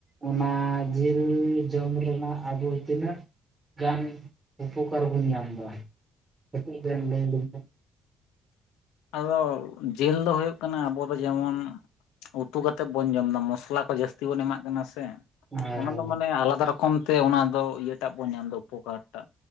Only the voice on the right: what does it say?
ᱚᱱᱟ ᱡᱤᱞ ᱡᱚᱢ ᱨᱮᱱᱟᱜ ᱟᱵᱚ ᱛᱤᱱᱟᱹᱜ ᱜᱟᱱ ᱩᱯᱚᱠᱟᱨ ᱵᱚᱱ ᱧᱟᱢ ᱫᱟ, ᱠᱟᱹᱴᱤᱡ ᱵᱮᱱ ᱞᱟᱹᱭ ᱞᱤᱧᱟ?
ᱦᱮᱸ